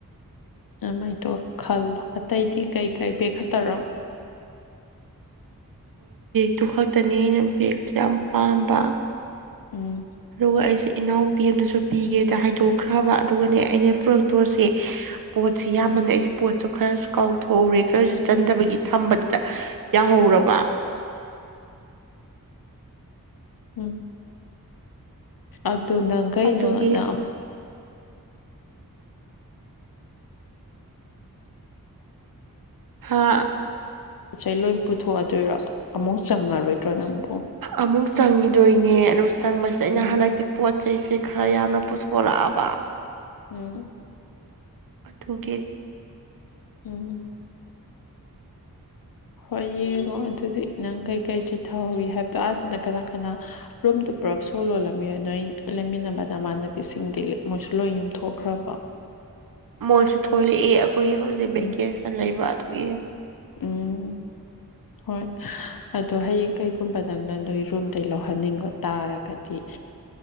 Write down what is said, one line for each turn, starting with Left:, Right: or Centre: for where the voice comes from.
Left: ꯑꯥꯏ ꯇꯣ ꯈꯜꯂꯣ ꯑ ꯇꯇꯩꯗꯤ ꯀꯩꯀꯩ ꯕꯦꯛ ꯈꯠꯇꯔꯣ
Right: ꯑꯗꯨ ꯈꯛꯇꯅꯤ ꯑꯩꯅ ꯕꯦꯒ ꯌꯥꯝ ꯄꯥꯝꯕ
Left: ꯎꯝ
Right: ꯑꯗꯨꯒ ꯑꯩꯁꯦ ꯏꯅꯥꯎꯨꯄꯤ ꯑꯗꯁꯨ ꯄꯤꯒꯦꯗ ꯍꯥꯏꯗꯣꯛꯈ꯭ꯔꯕ ꯑꯗꯨꯒꯅꯦ ꯑꯩꯅ ꯄ꯭ꯔꯣꯇꯣꯁꯦ ꯄꯣꯠꯁꯦ ꯌꯥꯝꯕꯅ
Left: ꯎꯝ
Right: ꯑꯩꯁꯦ ꯄꯣꯠꯁꯨ ꯈꯔꯁꯨ ꯀꯥꯎꯊꯣꯛꯎꯧꯔꯦ ꯈꯔꯁꯨ ꯆꯟꯗꯕꯒꯤ ꯊꯝꯕꯗꯨꯗ ꯌꯥꯎꯍꯧꯔꯦ ꯔꯕꯥ
Left: ꯎꯝ ꯑꯗꯨ ꯅꯪ ꯀꯩꯅꯣ
Right: ꯑꯗꯨꯒꯤ
Left: ꯅ
Right: ꯍꯥ
Left: ꯄꯣꯠ ꯆꯩ ꯂꯣꯏ ꯄꯨꯊꯣꯛꯑꯗꯣꯏꯔꯣ ꯑꯃꯨꯛ ꯆꯪꯉꯔꯣꯏꯗ꯭ꯔꯣ ꯅꯪꯨꯛ
Right: ꯑꯃꯨꯛ ꯆꯪꯉꯤꯗꯣꯏꯅꯦ ꯑꯗꯣ ꯆꯪꯕꯁꯤꯗ ꯑꯩꯅ
Left: ꯎꯝ
Right: ꯍꯟꯗꯛꯇꯤ ꯄꯣꯠ ꯆꯩꯁꯦ ꯈꯔ ꯌꯥꯝꯅ ꯄꯨꯊꯣꯔꯛꯑꯕ
Left: ꯎꯝ
Right: ꯑꯗꯨꯒꯤ
Left: ꯎꯝ
Right: <unintelligible>
Left: ꯍꯣꯏ ꯌꯦꯡꯉꯣ ꯑꯗꯨꯗꯤ ꯅꯪ ꯀꯩꯀꯩ ꯆꯤꯊꯍꯧꯋꯏ ꯍꯥꯏꯕꯗꯣ ꯑꯥ ꯑꯗꯨꯅ ꯀꯅꯥ ꯀꯅꯥ ꯔꯨꯝꯗꯨ ꯄꯨꯔꯞ ꯄꯨꯂꯞ ꯁꯣꯜ ꯂꯣꯜꯂꯝꯃꯤꯏ ꯅꯣꯏ ꯂꯩꯃꯤꯟꯅꯕ ꯅꯃꯥꯟꯅꯕꯤꯁꯤꯡꯗꯤ ꯃꯣꯏꯁꯨ ꯂꯣꯏ ꯌꯨꯝꯊꯣꯛꯈ꯭ꯔꯕ
Right: ꯃꯣꯏꯁꯨ ꯊꯣꯛꯂꯛꯏ ꯑꯩꯈꯣꯏꯒꯤ ꯍꯧꯖꯤꯛ
Left: ꯎꯝ
Right: ꯚꯦꯀꯦꯁꯟ ꯂꯩꯕ ꯑꯗꯨꯒꯤ
Left: ꯎꯝ ꯍꯣꯏ ꯑꯗꯣ ꯍꯌꯦꯡ ꯀꯩ ꯀꯨꯝꯕꯗꯪꯅꯪ ꯅꯣꯏ ꯔꯨꯝꯗꯩ ꯂꯧꯍꯟꯅꯤꯡꯕ ꯇꯥꯔꯒꯗꯤ